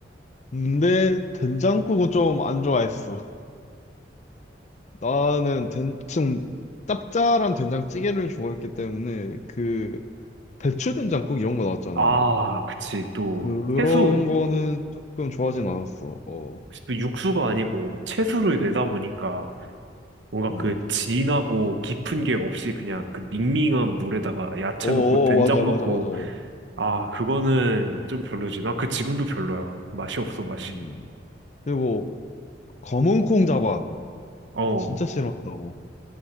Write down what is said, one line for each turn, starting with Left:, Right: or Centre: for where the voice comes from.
Left: 근데, 된장국은 좀 안 좋아했어. 나는 된, 좀 짭짤한 된장찌개를 좋아했기 때문에 그 배추 된장국 이런 거 나왔잖아.
Right: 아, 그치. 또,
Left: 그런
Right: 채수,
Left: 거는 조금 좋아하진 않았어. 어,
Right: 또 육수가 아니고 채수를 내다 보니까 뭔가
Left: 음,
Right: 그 진하고 깊은 게 없이 그냥 그 밍밍한 물에다가 야채
Left: 어, 어,
Right: 넣고 된장
Left: 어, 맞아,
Right: 넣고,
Left: 맞아, 맞아, 맞아.
Right: 아, 그거는 좀 별로지. 나 그 지금도 별로야. 맛이 없어, 맛이.
Left: 음. 그리고 검은 콩 자반,
Right: 어,
Left: 난 진짜 싫어한다고.